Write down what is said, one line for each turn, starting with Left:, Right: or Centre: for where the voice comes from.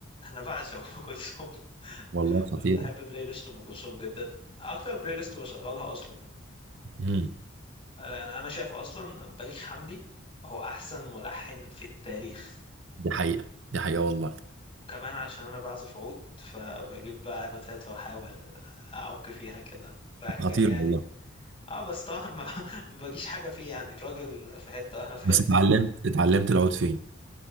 Left: أنا بعشق أم كلثوم <laughs>
Right: والله خطيرة
Left: بحب بلاي ليست أم كلثوم جدا أكتر بلاي ليست بشغلها أصلا
Right: مم.
Left: لأن أنا شايف أصلا بليغ حمدي هو أحسن ملحن في التاريخ
Right: دي حقيقة دي حقيقة والله
Left: وكمان عشان انا بعزف عود فبجيب بقى نوتات واحاول اعك فيها كده رايح
Right: خطير
Left: جاي يعني
Right: والله
Left: اه بس طبعا ما <laughs> ما بجيش حاجة فيه يعني الراجل في حتة واحنا في
Right: بس
Left: حتة
Right: اتعلمت اتعلمت العود فين